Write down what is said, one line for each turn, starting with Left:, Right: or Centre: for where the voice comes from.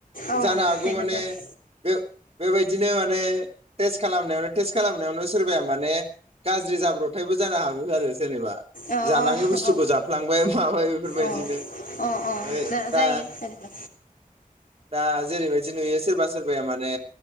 Left: औ
Right: जानो हागौ
Left: बेनोथ'
Right: माने बे बेबायदिनो माने टेस्ट खालामनायावनो टेस्ट खालामनायावनो सोरबाया माने गाज्रि जाब्र थायबो जानो हागौ आरो जेनेबा
Left: औ
Right: जानाङि
Left: औ
Right: बुस्थुखौ
Left: औ
Right: जाफ्लांबाय माबाय बेफोरबायदिनो
Left: औ अ अ
Right: ओइ दा
Left: जायो जेनेबा
Right: दा जेरैबायदि नुयो सोर रबा सोरबाया माने